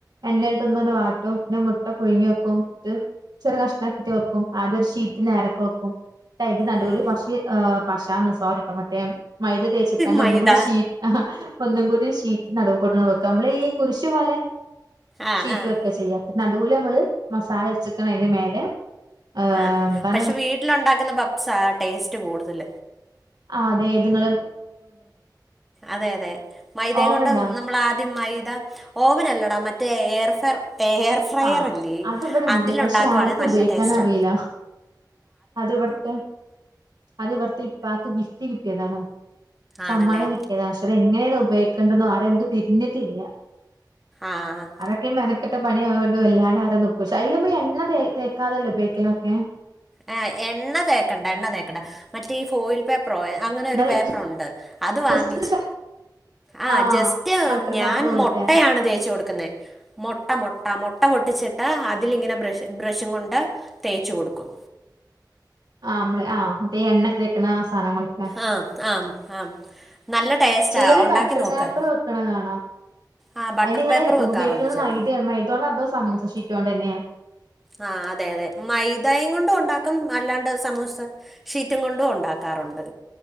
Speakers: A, on the right; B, in the centre.
A: എണ്ണയിൽട്ട് ഒന്ന് വാട്ടും പിന്നെ മുട്ട പുഴുങ്ങി വെക്കുംത് ചെറിയ കഷ്ണം ആക്കി വെക്കും ആത് ഒരു ഷീറ്റ് നേരക്ക് വെക്കും അതിന്റെ നടുവൽ
B: ഉം
A: പക്ഷി ആ പശാന്ന് <unintelligible> മൈദ തേച്ച്ക്കാണ്ട്
B: മൈദ
A: ഒന്നുകൂടി ഷീ ഒന്നുകൂടി ഷീറ്റ് നടുകൂടി വെക്ക നമ്മളീ കുരിശ് പോലെ
B: ആഹ്
A: ഷീറ്റ്
B: ആഹ്
A: വെക്ക ചെയ്യാ നടൂൽ നമ്മള് മസാല വെച്ചട്ട് അതിന്റെ മേലെ ഏഹ്
B: ആ
A: എന്താണ്
B: പക്ഷെ വീട്ടില് ഉണ്ടാകുന്ന പഫ്സാ ടേസ് ടേസ്റ്റ് കൂടുതൽ
A: അതെ ഇത് നിങ്ങള്
B: അതെ അതെ മൈദേ
A: ഓവൻണ്ടാ
B: കൊണ്ട് നമ്മള് ആദ്യം മൈ ദ ഓവൺ അല്ലെടാ മറ്റേ എയർ ഫെയർ എയർ ഫ്രയർ
A: ആഹ്
B: ഇല്ലേ
A: അതിവിടെ
B: അതിലുണ്ടാക്കുവാണേ
A: ഇണ്ട് പക്ഷെ ആർക്കും
B: നല്ല
A: ഉപയോഗിക്കാനും
B: ടേസ്റ്റാ
A: അറിയില്ല അത് ഇവിടുത്തെ അത് ഇവിടുത്തെ ഇപ്പാക്ക് ഗിഫ്റ്റ് കിട്ടിയതാണ് സമ്മാനം
B: ആണല്ലേ
A: കിട്ടിയതാ പക്ഷെ അതെങ്ങനെ ഉപയോഗിക്കിക്കെണ്ടന്ന് ആർ എന്തും തിരിഞ്ഞിട്ടില്ല
B: ആഹ്
A: അതൊക്ക മെനക്കെട്ട പണിയായ ഇത് വല്ലാണ്ട ആരോ <unintelligible> പക്ഷേ അയിൽ നമ്മള് എണ്ണ തേക്കാതെ അല്ലെ ഉപയോഗിക്കലൊക്കെ
B: ആ എണ്ണ തേക്കണ്ട എണ്ണ തേക്കണ്ട മറ്റേ ഈ ഫോയിൽ പേ ഫോയിൽ അങ്ങനെ
A: എന്നാലും
B: ഒരു പേപ്പർ ഉണ്ട് അത് വാങ്ങിച്ച്
A: ജസ്റ്റ്
B: ആ
A: ആഹ്
B: ജസ്റ്റ്‌
A: ബട്ടർ
B: ഞാൻ
A: പേപ്പർ പോലത്തെ
B: മൊട്ടയാണ് തേച്ച് കൊടുക്കുന്നെ മൊട്ട മൊട്ട മൊ മുട്ട പൊട്ടിച്ചിട്ട് അതിലിങ്ങനെ ബ്രഷ് ബ്രഷും കൊണ്ട് തേച്ച് കൊടുക്കും
A: ആ നമ്മള് ആ ദേ എണ്ണ തേക്ക്ണ സാധനം കൊണ്ട് അല്ലെ
B: ആ ആ ആ നല്ല ടേസ്റ്റാ
A: ചെലർ
B: ഉണ്ടാക്കി
A: ബട്ടർ
B: നോക്ക്
A: പേപ്പർ വെക്ക്ണ കാണാ
B: ആ ബട്ടർ
A: അയിൽ ഇങ്ങള്
B: പേപ്പർ വെക്കാറുണ്ട്
A: ഉപയോഗിക്കുന്നത്
B: ചില
A: മൈദ മൈദോണ്ടാണോ സമൂസ ഷീറ്റോണ്ടെന്നേ
B: ആ അതെ അതെ മൈദയും കൊണ്ട് ഉണ്ടാക്കും അല്ലാണ്ട് സമൂസ ഷീറ്റും കൊണ്ടും ഉണ്ടാക്കാറുണ്ട്